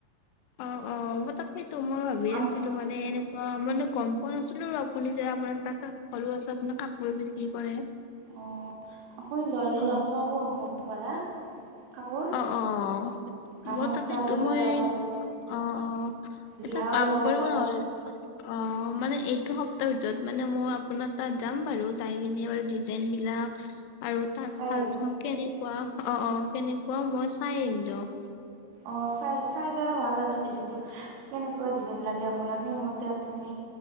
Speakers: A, on the left; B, on the right.
A: অ' অ', মই তাত কিন ত', মই ভাৱি
B: আম
A: আছিলোঁ মানে এনেক অ', মানে গম পোৱা নাছিলো আৰু আপুনি যে আপোনাৰ তাঁতশালো আছে, আপোনাৰ কাপোৰ বিক্ৰী কৰে।
B: অ', আপুনি ললে
A: অ
B: ল'ব, <unintelligible> মোৰ পৰা। কাপোৰ
A: অ', অ',
B: গামোচা
A: মই তাকেইটো
B: ল'লে
A: মই,
B: ল'ব পাব
A: অ', অ', এটা
B: ৰিহাও
A: কাম
B: ল'ব
A: কৰিব
B: পাব
A: নহল অ', মানে এইটো সপ্তাহৰ ভিতৰত মানে, মই আপোনাৰ তাত যাম বাৰু যাই কিনে বাৰু ডিজাইন বিলাক আৰু তাঁতশালখন
B: চাই
A: কেনেকুৱা, অ', অ', কেনে চাই আহিম দিয়ক।
B: অ', চাই-চাই জালে ভাল আৰু ডিজাইনটো, কেনেকুৱা ডিজাইন লাগে আপোনাক সেইমতে আপুনি